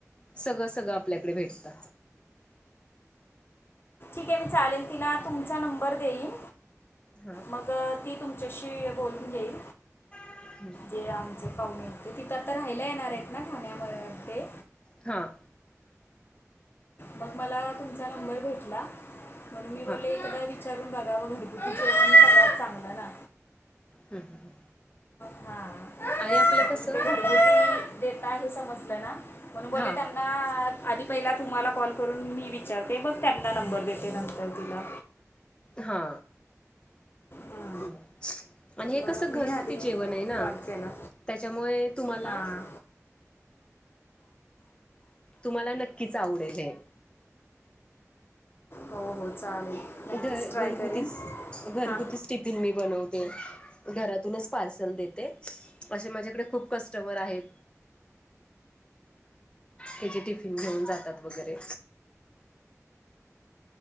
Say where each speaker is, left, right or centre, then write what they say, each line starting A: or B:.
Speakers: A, on the left; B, on the left.
A: सगळं सगळं आपल्याकडे भेटतं.
B: ठीक आहे मी चालेल तिला तुमचा नंबर देईन.
A: हा.
B: मग ती तुमच्याशी बोलून घईल.
A: हम्.
B: ते आमचे पाहुणे ते तिथं आता राहियला येणार आहेत ना ठाण्यामध्ये ते.
A: हां.
B: मग मला तुमचा नंबर भेटला मग मी बले
A: हां
B: एकादा विचारून बघावं घरगुती केण सगळ्यात चांगलं ना.
A: हम्म हम.
B: हा.
A: आणि आपलं कसं.
B: दे हे समजलं ना म्हणून बले
A: हां
B: त्यांना.
A: हां
B: आधी पहिला तुम्हाला कॉल करून मी विचारते बघ त्यांना नंबर देते नंतर तिला.
A: हा.
B: हां
A: आणि हे
B: म्हणून
A: कस घरगुती
B: मी आधी
A: जेवण आहे ना
B: कॉल केला
A: त्याच्यामुळे तुम्हाला.
B: हां
A: तुम्हाला नक्कीच आवडेल हे.
B: हो हो चालेल. नक्कीच
A: घर
B: ट्राय
A: घरगुतीच
B: करेन
A: घरगुतीच
B: हां
A: टिफिन मी बनवते घरातूनच. पार्सल देते असे माझ्याकडे खूप कस्टमर आहेत. त्याचे टिफिन घेऊन जातात वगैरे.